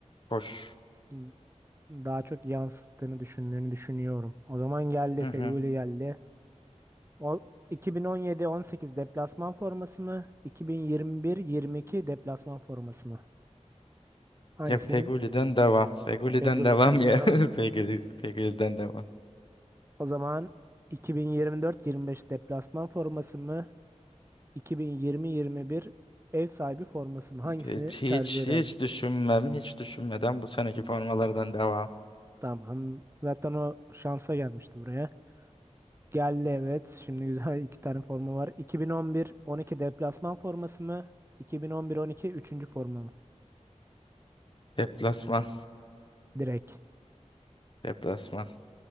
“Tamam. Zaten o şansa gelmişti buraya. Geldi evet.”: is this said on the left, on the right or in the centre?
Right